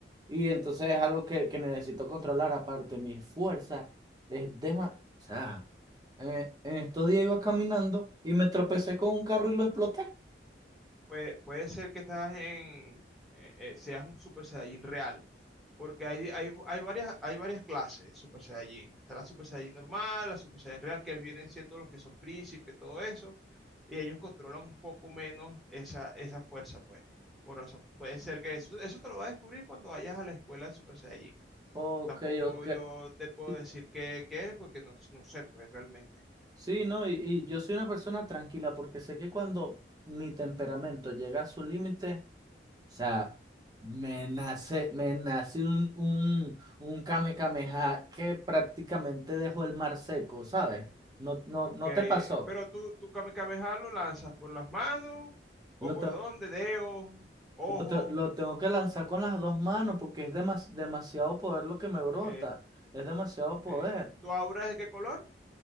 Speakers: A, on the right (about 20°); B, in the centre.
A: Y entonces es algo que, que necesito controlar. Aparte, mi fuerza es demasiado. Eh, en estos días iba caminando y me tropecé con un carro y lo exploté.
B: pues puede ser que estás en, eh, eh, seas un Super Saiyajin real, porque hay, hay, hay varias, hay varias clases de Super Saiyajin. Está la Super Saiyajin normal, la Super Saiyajin real, que vienen siendo los que son príncipes, todo eso, y ellos controlan un poco menos esa, esa fuerza, pues. Por razón, puede ser que eso, eso te lo vas a descubrir cuando vayas a la escuela de Super Saiyajin.
A: Ok,
B: Tampoco
A: ok.
B: yo te puedo
A: Sí,
B: decir qué, qué eres, porque no, no sé, pues realmente.
A: sí, no, y, y yo soy una persona tranquila porque sé que cuando mi temperamento llega a su límite, o sea, me nace, me nace un, un, un kame kameha que prácticamente dejó el mar seco, ¿sabes? No, no,
B: Ok,
A: no
B: eh,
A: te pasó.
B: pero tú, tú Kame Kame Ha lo lanzas por las manos o
A: Lo,
B: por
A: te-
B: dónde, dedos, ojos.
A: lo, te- lo tengo que lanzar con las dos manos porque es demas- demasiado poder lo que me brota.
B: Ok,
A: Es demasiado
B: ok.
A: poder.
B: ¿Tu aura es de qué color?